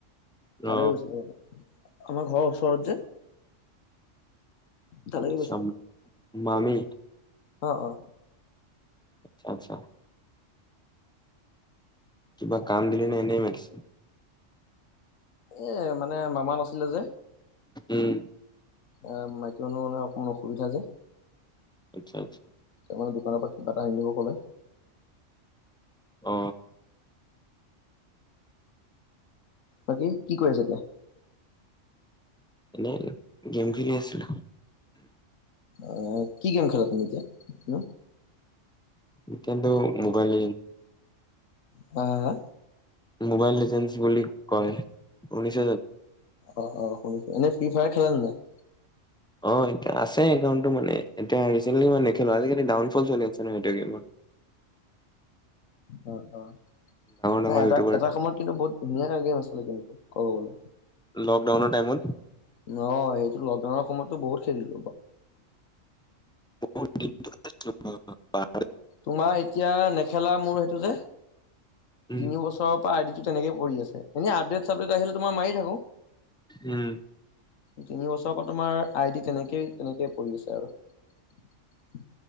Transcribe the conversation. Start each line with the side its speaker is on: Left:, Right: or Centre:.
Centre: অ
Left: তালৈ গৈছিলোঁ এনে আমাৰ ঘৰৰ ওচৰত যে। তালৈকে
Centre: আচছা
Left: গৈছিলো
Centre: মামি
Left: অ অ
Centre: আচ্ছা আচ্ছা কিবা কাম দিলে নাই এনে মাতিছে।
Left: এ মানে মামা নাছিলে যে
Centre: উম
Left: অ ম কিয়নো মানে অকণমান অসুবিধা যে।
Centre: আচ্ছা আচ্ছা
Left: ত মানে দোকানৰ পৰা কিবা এটা আনি দিব কলে।
Centre: অ
Left: বাকী কি কৰি আছে এতিয়া?
Centre: এনেই গেম খেলি আছিলো
Left: আহ কি গেম খেলা তুমি এতিয়া ন।
Centre: একেন্ত মোবাইল
Left: হ হা
Centre: মোবাইল এজেঞ্চি বুলি কয় উশ
Left: অ অ শুনিছো এনে ফ্ৰী ফায়াৰ খেলা নে নাই
Centre: অ এতিয়া আছে একাউণ্টটো মানে এতিয়া ৰিচেটলি মান দেখো আজিকালি ডাউনফল চলি আছে ন সেইটো গেমত।
Left: অ অ
Centre: ডাঙৰ
Left: নাই এটা
Centre: ইউটিউবাৰ
Left: এটা সময়ত কিন্তু বহুত ধুনীয়া গেম আছিলে কিন্তু কবলে
Centre: লকডাউনৰ টাইমত
Left: ন সেইটো। লকডানৰ সমতো বহত খেলোঁ।
Centre: উ <unintelligible> অ ব
Left: তোমাৰ এতিয়া নেখেলা মোৰ সেইটো যে।
Centre: উম
Left: তিনি বছৰৰ পৰা আইডিটো তেনেকে পৰি আছে। এনে আপডেট চাবডেট আহিলে তোমাৰ মাৰি থাকো।
Centre: উম
Left: তিনি বছৰৰ পৰা তোমাৰ আই ডি তেনেকেই তেনেকেই পৰি আছে আৰু।